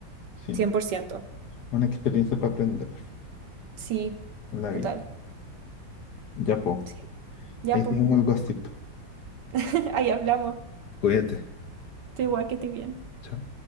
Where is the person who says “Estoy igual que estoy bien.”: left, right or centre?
Right